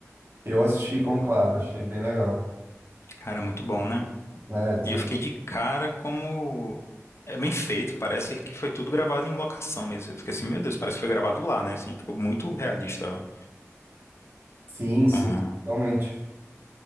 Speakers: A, on the right (about 45°); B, on the left (about 55°).
A: Eu assisti Conclave, achei bem legal.
B: Cara, muito bom, né?
A: né tem...
B: E eu fiquei de cara como. É bem feito, parece que foi tudo gravado em locação mesmo. Eu fiquei assim, meu Deus, parece que foi gravado lá, né? Assim, ficou muito realista.
A: Sim, sim,
B: Ah,
A: totalmente.